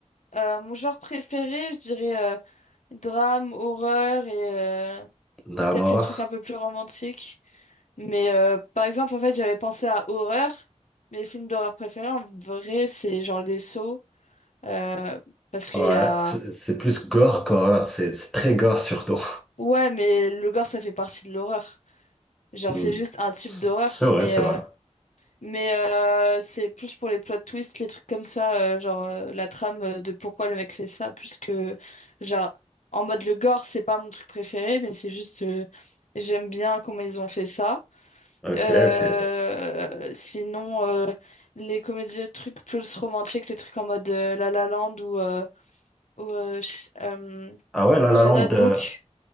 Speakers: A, on the left (about 70°); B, in the centre.
A: euh, mon genre préféré, je dirais euh, drame, horreur et, euh,
B: Drame
A: et peut-être
B: horreur?
A: les trucs un peu plus romantiques. Mais euh, par exemple, en fait, j'avais pensé à horreur. Mes films d'horreur préférés, en vrai, c'est genre Les Sceaux, euh, parce qu'il
B: Ouais,
A: y a...
B: c'est c'est plus gore qu'horreur, c'est c'est très gore surtout.
A: Ouais, mais le gore, ça fait partie de l'horreur. Genre,
B: Hmm.
A: c'est juste un type
B: C'est
A: d'horreur,
B: c'est
A: mais,
B: vrai, c'est
A: euh,
B: vrai.
A: mais euh, c'est plus pour les plot twists, les trucs comme ça, euh, genre euh, la trame euh, de pourquoi le mec fait ça, plus que, genre, en mode le gore, c'est pas mon truc préféré, mais c'est juste, euh, j'aime bien comment ils ont fait ça.
B: Ok,
A: Euh,
B: ok.
A: sinon, euh, les comédies, les trucs plus romantiques, les trucs en mode euh, La La Land ou, euh, ou, euh, ch- euh,
B: Ah ouais, La La
A: The
B: Land,
A: Notebook,
B: euh,